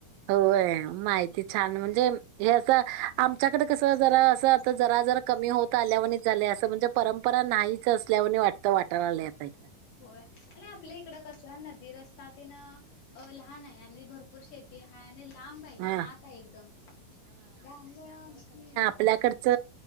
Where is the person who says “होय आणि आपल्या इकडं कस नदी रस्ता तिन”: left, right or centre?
Left